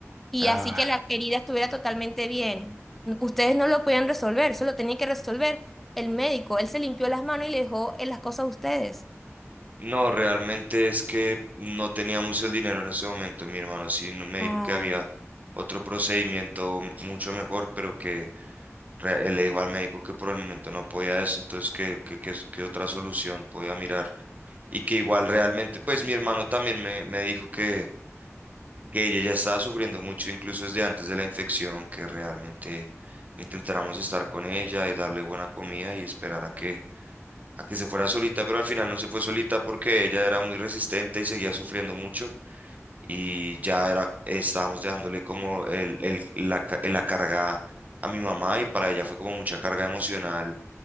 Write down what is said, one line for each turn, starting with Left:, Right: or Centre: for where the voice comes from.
Centre: Y
Right: Ah,
Centre: así que la querida estuviera totalmente bien. Ustedes no lo podían resolver, eso lo tenía que resolver el médico. Él se limpió las manos y le dejó eh, las cosas a ustedes.
Right: no, realmente es que no teníamos el dinero en ese momento, mi hermano. Sí, no- me dijo
Centre: Ah,
Right: que había otro procedimiento mucho mejor, pero que re- eh, le dijo al médico que por el momento no podía eso, entonces que, que, que, que otra solución podía mirar. Y que igual realmente, pues mi hermano también me, me dijo que, que ella ya estaba sufriendo mucho, incluso desde antes de la infección, que realmente intentáramos estar con ella y darle buena comida y esperar a que, a que se fuera solita, pero al final no se fue solita porque ella era muy resistente y seguía sufriendo mucho. Y ya era, estábamos dejándole como el, el, la, ca- la carga a mi mamá y para ella fue como mucha carga emocional